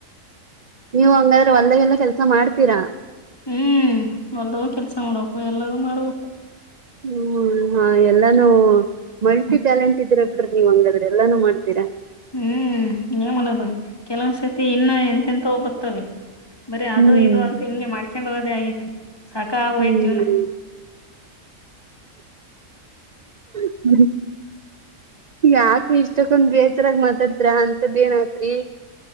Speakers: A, on the right; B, on the left.
A: <inaudible> ನೀವು ಅಂಗ ಹೊಲದಗೆಲ್ಲ ಕೆಲ್ಸ ಮಾಡ್ತೀರಾ
B: ಹ್ಮ್ ಹೊಲ್ದಗ ಕೆಲ್ಸ ಮಾಡ್ಬೇಕು ಎಲ್ಲದೂ ಮಾಡ್ಬೇಕು
A: ಹ್ಮ್ ಹಾ ಎಲ್ಲಾನೂ ಮಲ್ಟಿ ಟ್ಯಾಲೆಂಟ್ ಇದೀರ ಬಿಡ್ರಿ ನೀವ್ ಹಂಗಾದ್ರ ಎಲ್ಲಾನು ಮಾಡ್ತೀರಾ
B: ಹ್ಮ್ ಏನ್ ಮಾಡೋದು ಕೆಲವೊಂದ್ ಸತಿ ಇನ್ನ ಎಂತ ಎಂತವೊ ಬತ್ತವೆ ಬರೀ ಅದು
A: ಹ್ಮ್
B: ಇದು ಅಂತ ಹಿಂಗೆ ಮಾಡ್ಕೊಂಡ್ ಹೋಗೋದೇ ಆಗೈತಿ ಸಾಕಾಗಿ ಹೋಗಿದೆ
A: ಹ್ಮ್
B: ಜೀವನ
A: <unintelligible> ಯಾಕ್ರಿ ಇಷ್ಟಕ್ಕೊಂದ್ ಬೇಜರಾಗ್ ಮಾತಾಡ್ತ್ರ ಅಂತದ್ ಏನ್ಯತ್ರಿ